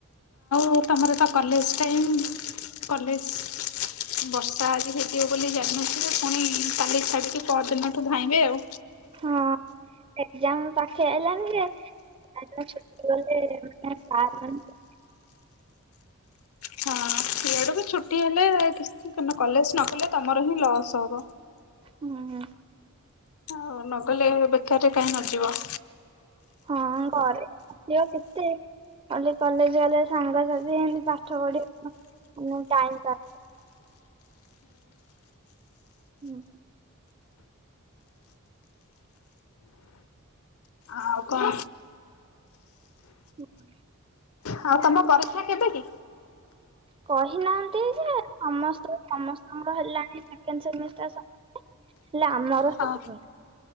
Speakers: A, on the left; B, on the right.
A: କୋଉ ତମର ତ କଲେଜ ଟାଇମ୍ କଲେଜ ବର୍ଷା ଆଜି ହେ ଦିଅ ବୋଲି ଜାଣିନଥିଲୁ ପୁଣି କାଲି ଛାଡ଼ିକି ପରଦିନଠୁ ଧାଇବେ ଆଉ
B: ହଁ ଏକଜାମ ପାଖେ ଆଇଲାଣିି ଯେ <unintelligible> ଛୁଟି ଗଲେ <unintelligible>
A: ହଁ ସିଆଡେ ବି ଛୁଟି ହେଲେ କି ଥିକିନ କଲେଜ ନ କଲେ ତମର ହିଁ ଲସ୍ ହବ
B: ହୁଁ ହୁ
A: ଆଉ ନଗଲେ ବେକାରରେ କାହିଁ ନଯିବ
B: ହଁ ଘରେ ଆଉ ଆସିବ କେତେ କଲେଜ ଗଲେ ସାଙ୍ଗସାଥି ଏମତି ପାଠ ପଢିବ ଆଉ ଟାଇମ୍ କାଇଁ ହୁଁ
A: ଆଉ କଣ
B: ହୁଁ
A: ହଉ ତମ ପରିସ କେବେ କି?
B: କହିନାହାନ୍ତି ଯେ ସମସ୍ତେ ସମସ୍ତଙ୍କର ହେଲାଣି ସେକେଣ୍ଡ ସେମିଷ୍ଟାର ହେଲେ ଆମର
A: ହଁ।
B: ହେଇନି